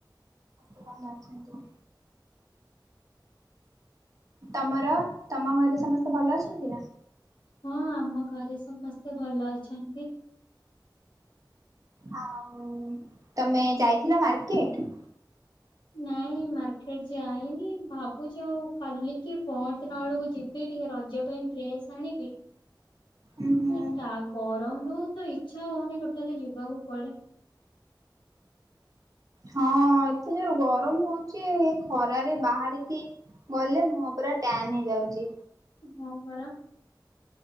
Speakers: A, on the right; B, on the left.
A: ଭଲ ଅଛନ୍ତି। ତମର ତମ ଘରେ ସମସ୍ତେ ଭଲ ଅଛନ୍ତି ନା?
B: ହଁ ଆମ ଘରେ ସମସ୍ତେ ଭଲ ଅଛନ୍ତି।
A: ଆଉ ତମେ ଯାଇଥିଲ ମାର୍କେଟ।
B: ନାଇଁ ମାର୍କେଟ ଯାଇନି ଭାବୁଛି ଆଉ କାଲିକି ପହର ଦିନ ଆଡ଼କୁ ଯିବି ଟି ଟିକେ ରଜ ପାଇଁ ଡ୍ରେସ୍ ଆଣିବି
A: ଉଁ ହୁଁ।
B: ମ ଟା ତ ଇଚ୍ଛା ହଉନି ଟୋଟାଲି ଯିବାକୁ କୁଆଡେ
A: ହଁ ଏଥିରେ ଗରମ ହଉଛି ଏ ଖରାରେ ବାହାରିକି ଗଲେ ମୁହଁ ପୁରା ଟ୍ୟାନ୍ ହେଇଯାଉଛି।
B: ହଁ ପରା